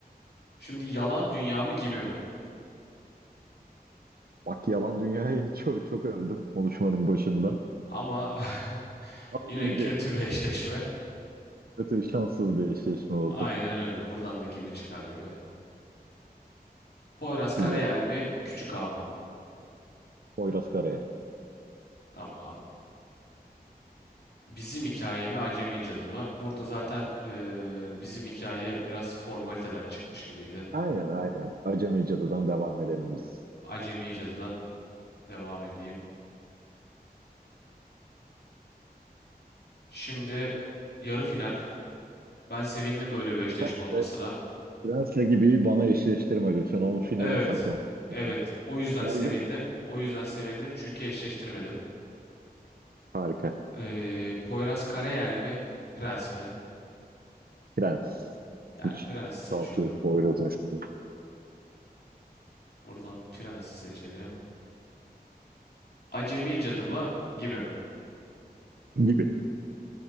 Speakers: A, on the left; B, on the right.
A: Şimdi yalan dünya mı gibi mi?
B: bak Yalan Dünya'yı <laughs> çok, çok övdüm konuşmanın başında.
A: Ama <laughs>
B: Ama
A: yine
B: gibi
A: kötü bir eşleşme.
B: kötü şanssız bir eşleşme oldu
A: Aynen öyle. Buradan da gibi çıkar gibi. Poyraz Karayel
B: gibi ya.
A: mi? Küçük Ağa mı?
B: Poyraz Karayel.
A: Tamam. Bizim hikaye mi? Acemi Cadı mı? Burada zaten eee, bizim hikaye biraz formaliteden çıkmış gibiydi.
B: Aynen aynen. Acemi Cadı'dan devam edelim biz.
A: Acemi Cadı'dan devam edeyim. Şimdi yarı final. Ben sevindim böyle bir eşleşme
B: Prens'le,
A: olmasına.
B: Prens'le gibi bana eşleştirme lütfen. Onu finale
A: Evet.
B: saklamak istiyorum.
A: Evet. O yüzden
B: Geldi
A: sevindim.
B: mi?
A: O yüzden sevindim çünkü eşleştirmedim.
B: Harika.
A: Ee, Poyraz Karayel mi? Prens mi?
B: Prens.
A: Yani
B: Hiç
A: Prens seçiyorum.
B: şaltı yok, Poyraz'ın şovu.
A: Buradan Prens'i seçelim. Acemi Cadı mı? Gibi mi?
B: Gibi.